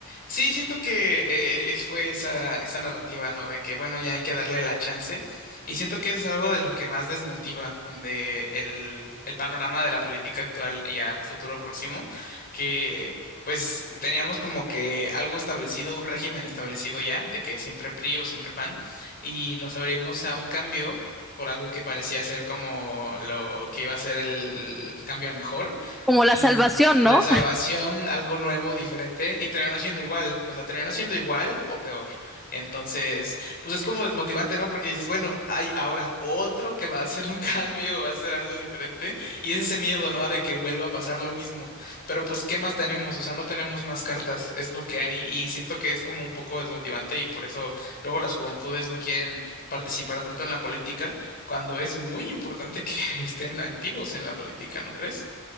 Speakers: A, on the left; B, in the centre.
A: sí, siento que eh, eh, fue esa, esa narrativa, ¿no? De que, bueno, ya hay que darle la chance. Y siento que eso es algo de lo que más desmotiva de el, el panorama de la política actual y a futuro próximo, que pues teníamos como que algo establecido, un régimen establecido ya, de que siempre PRI o siempre PAN, y nos abrimos a un cambio por algo que parecía ser como lo que iba a ser el el cambio a mejor.
B: como la
A: Y
B: salvación,
A: la
B: ¿no?
A: salvación, algo nuevo, diferente, y terminó siendo igual, o sea, terminó siendo igual o peor. Entonces, pues es como desmotivante, ¿no? Porque dices, bueno, hay ahora otro que va a hacer un <laughs> cambio, va a hacer algo diferente, y es ese miedo, ¿no? de que vuelva a pasar lo mismo. Pero pues, ¿qué más tenemos? O sea, no tenemos más cartas, es lo que hay, y siento que es como un poco desmotivante, y por eso luego las juventudes no quieren participar tanto en la política, cuando es muy importante que <laughs> estén activos en la política, ¿no crees?